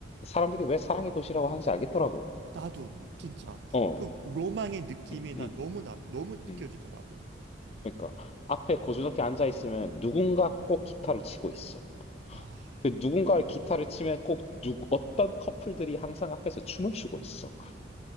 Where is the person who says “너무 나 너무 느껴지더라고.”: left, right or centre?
Right